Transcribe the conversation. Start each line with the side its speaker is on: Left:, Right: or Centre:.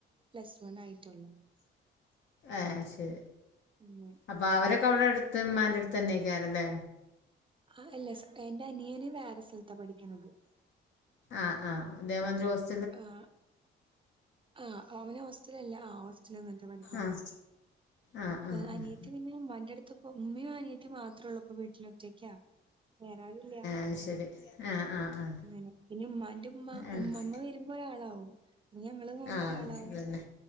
Right: പ്ലസ് വൺ ആയിട്ടുള്ളൂ
Left: എഹ് ശരി
Right: <unintelligible>
Left: അപ്പൊ അവരൊക്കെ അവിടെ അടുത്ത് ഉമ്മാൻ്റെ അടുത്ത് തന്നെയിക്കാരല്ലേ?
Right: ആഹ് അല്ല എന്റെ അനിയന് വേറെ സ്ഥലത്താ പഠിക്കണത്.
Left: ആഹ് ആഹ് ഇതേ മാതിരി ഹോസ്
Right: ആഹ് ആഹ് അവന് ഹോസ്റ്റല് അല്ല ആ ഹോസ്റ്റല് നിന്നിട്ട പഠിക്കണത്.
Left: ആഹ് ആഹ് ആഹ്
Right: ഏഹ് അനിയത്തി
Left: ആഹ്
Right: പിന്നെ ഉമ്മാന്റെടുത്ത് ഇപ്പോ ഉമ്മയും അനിയത്തി മാത്രോ ളളൂ. ഇപ്പം വീട്ടിലൊറ്റയ്ക്ക വേറെ ആരൂയില്ലാ
Left: അത് ശരി ആഹ് ആഹ് ആഹ്
Right: അങ്ങനെ പിന്നെ ഉമ്മാന്റെ ഉമ്മ
Left: ആഹ്
Right: ഉമ്മാമ്മ വരുമ്പോ ആളാവും ഇഞ് ഞങ്ങൾ പോകുമ്പോ
Left: ആഹ്
Right: ഒരാളാവും.
Left: അതന്നെ